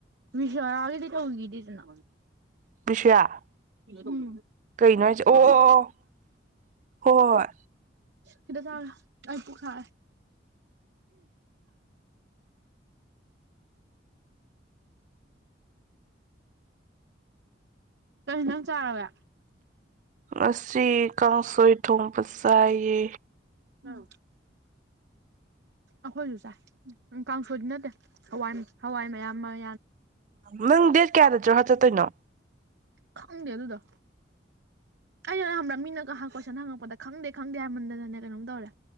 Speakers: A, on the right (about 70°); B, on the right (about 45°).
A: ꯃꯤꯁꯔꯒꯦꯗꯤ ꯆꯣꯡꯒꯗꯤꯗꯅ
B: ꯕꯤꯁ꯭ꯌꯥ
A: ꯎꯝ
B: ꯀꯩꯅꯣ ꯍꯥꯏꯁꯦ ꯑꯣ ꯑꯣ ꯑꯣ ꯍꯣꯏ ꯍꯣꯏ
A: ꯀꯗ ꯊ ꯑꯄꯨ ꯈꯥ ꯀꯩꯅꯅ ꯆꯔ
B: ꯑꯁ ꯁ꯭ꯔꯤ ꯀꯥꯡꯁꯣꯏ ꯊꯨꯝ ꯀꯁꯥꯏ
A: ꯑ ꯑꯩꯈꯣꯏꯁꯨ ꯆꯥꯏ ꯀꯥꯡꯁꯣꯏꯗꯤ ꯅꯠꯇꯦ ꯍꯋꯥ ꯍꯋꯥꯏ ꯃꯌꯥꯝ ꯃ
B: ꯎ ꯃꯪ ꯀꯌꯥꯗ꯭ꯔꯣ ꯍꯥ ꯆ ꯇꯣꯏꯅꯣ
A: ꯈꯪꯗꯦ ꯑꯗꯨꯗꯣ ꯑꯩꯅ ꯍ꯭ꯔ ꯃꯤꯅꯒ ꯀꯣꯏꯁꯟ ꯍꯪꯉꯛꯄꯗ ꯈꯪꯗꯦ ꯈꯪꯗꯦ ꯍꯥꯏꯃꯟꯗꯅꯅꯦ ꯀꯩꯅꯣꯝ ꯇꯧꯔꯦ